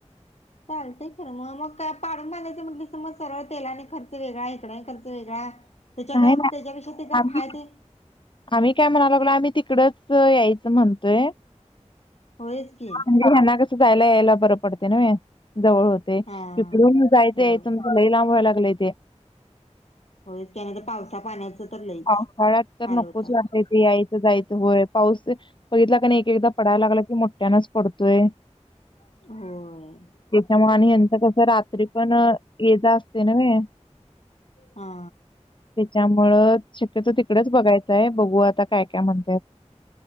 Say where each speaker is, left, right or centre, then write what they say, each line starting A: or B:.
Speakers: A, on the left; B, on the left.
A: चालतयं खरं मग मग का पाडून बांधयचं म्हटलंस मग सरळ तेला नी खर्च वेगळा इकडा खर्च वेगळा त्याच्या
B: नाही
A: ग
B: नाही
A: त्याच्यापेक्षा ते गप
B: आम्ही
A: हाय ते
B: आम्ही काय म्हणायला लागलो आम्ही तिकडं यायचं म्हणतोय.
A: होयच की
B: म्हणजे ह्यांना कसं जायला यायला बरं पडतय ना जवळ होतं
A: हा
B: इकडून जायचं
A: होय
B: यायचं म्हंटल्यावर लई लांब व्हायला लागलंय ते
A: होय त्यानंतर पावसा पाण्याचं तर लईच
B: पावसाळ्यात तर
A: हाल
B: नकोचं
A: होतात.
B: वाटतं ते यायचं जायचं होय पाऊस बघितला एक एकदा पडायला लागला कि मोठ्यानचं पडतोयं.
A: होय.
B: त्याच्यामुळे आणि ह्याचं कसं रात्री पण ये जा असते ना हे
A: हा.
B: त्याच्यामुळं शक्यतो तिकडंचं बघायचंय बघू आता काय काय म्हणतायंत.